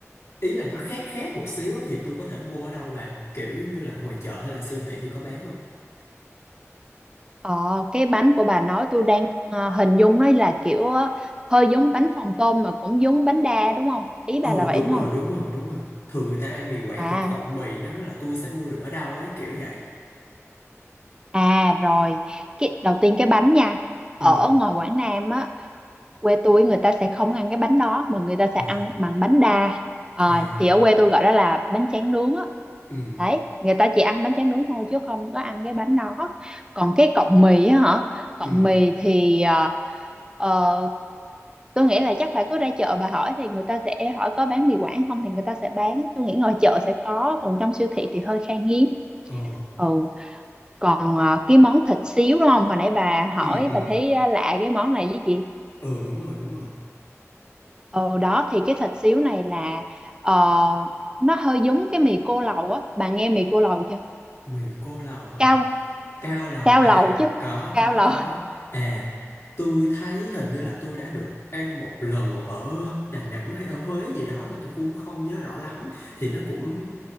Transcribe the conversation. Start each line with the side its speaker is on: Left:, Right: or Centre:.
Left: ý là nó khác khác một xíu á, thì tôi có thể mua ở đâu bà kiểu giống như là ngoài chợ hay là siêu thị thì có bán không
Right: ờ, cái bánh của bà nói tôi đang ờ, hình dung nó là kiểu ờ, hơi giống bánh phồng tôm mà cũng giống bánh đa đúng không ý
Left: ừ
Right: bà là vậy
Left: đúng
Right: đúng
Left: rồi
Right: không
Left: đúng rồi đúng rồi thường người ta ăn mì Quảng
Right: à
Left: thì cái cọng mì nó là tôi sẽ mua được ở đâu ấy kiểu vậy
Right: À rồi, cái, đầu tiên cái bánh nha. Ở
Left: ừ
Right: ngoài Quảng Nam á, quê tôi người ta sẽ không ăn cái bánh đó mà người ta
Left: ờ
Right: sẽ ăn bằng bánh đa. Ờ,
Left: à
Right: thì ở quê tôi gọi đó là bánh tráng nướng á.
Left: ừ
Right: Đấy, người ta chỉ ăn bánh tráng nướng thôi chứ không có ăn cái bánh đó. Còn cái cọng mì á hả? Cọng
Left: ừ
Right: mì thì ờ, ờ, tôi nghĩ là chắc bà cứ ra chợ bà hỏi thì người ta sẽ hỏi có bán mì Quảng không thì người ta sẽ bán. Tôi nghĩ ngoài chợ sẽ có, còn trong siêu thị thì hơi khan hiếm.
Left: ờ
Right: Ừ còn ờ, cái món thịt xíu đúng không hồi nãy bà hỏi
Left: ừ ừ
Right: bà thấy ờ, lạ cái món này với chị
Left: ờ đúng rồi đúng rồi
Right: ờ đó thì cái thịt xíu này là ờ, nó hơi giống cái mì cô lầu á bà nghe mì cô lầu chưa
Left: mì cô lầu hả
Right: cao
Left: cao lầu
Right: cao
Left: à
Right: lầu chứ
Left: có
Right: cao
Left: có
Right: lầu
Left: có à tôi thấy hình như là tôi đã được ăn một lần ở Đà Nẵng hay ở Huế gì đó mà tôi cũng không nhớ rõ lắm thì nó cũng